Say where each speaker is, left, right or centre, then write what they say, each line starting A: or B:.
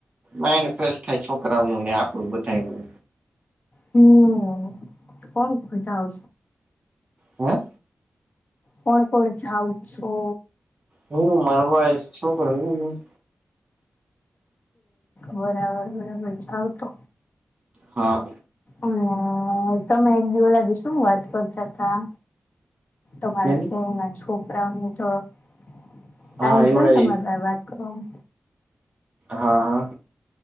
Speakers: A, on the right; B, on the left.
A: માઈન્ડ ફ્રેશ થાય છોકરાઓ નું ને આપણું બધાય
B: હમ કોણ જાઓ
A: હા
B: કોણ કોણ જાવ છો
A: હમ માર વાઇફ છોકરો ને મમ્મી
B: <inaudible> બરાબર જાવ તો
A: હા
B: અને તમે એક દિ હોલા દિવસ શું વાત કરતા તા તમારા
A: કેની
B: ફોઈના છોકરાઓ તો ટાઈમ
A: હા
B: છે
A: એવડાઈ
B: ને તમારી હારે વાત હમ
A: હા હા